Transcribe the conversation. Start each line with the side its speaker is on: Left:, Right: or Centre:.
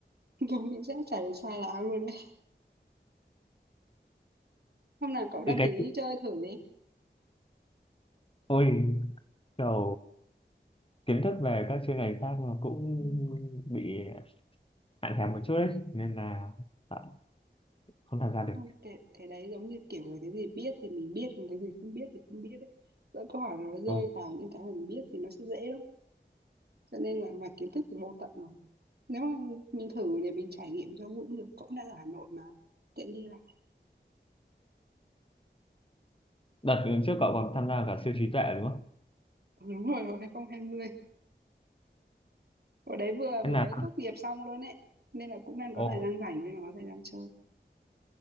Right: <laughs> đúng chính xác chả để sai là ao luôn đấy <laughs> hôm nào cậu đăng
Left: Từ
Right: ký
Left: cái
Right: chơi thử đi
Left: ôi kiểu kiến thức về các chuyên ngành khác mà cũng bị hạn hẹp một chút ấy nên là tạo- không tham gia được.
Right: không cái, cái đấy giống như kiểu là cái gì biết thì mình biết còn cái gì không biết thì không biết đấy Lỡ câu hỏi nó rơi
Left: Ừ.
Right: vào những cái mình biết thì nó sẽ dễ lắm cho nên là mà kiến thức thì vô tận mà nếu mà mình thử để mình trải nghiệm cho cũng được cũng đang ở Hà Nội mà tiện đi lại
Left: Đợt trước cậu còn tham gia cả siêu trí tuệ đúng không?
Right: <laughs> đúng rồi hồi 2020 ở đấy vừa mới
Left: Thế là
Right: tốt nghiệp xong luôn ấy nên là cũng đang có
Left: ồ
Right: thời gian rảnh nên là có thời gian chơi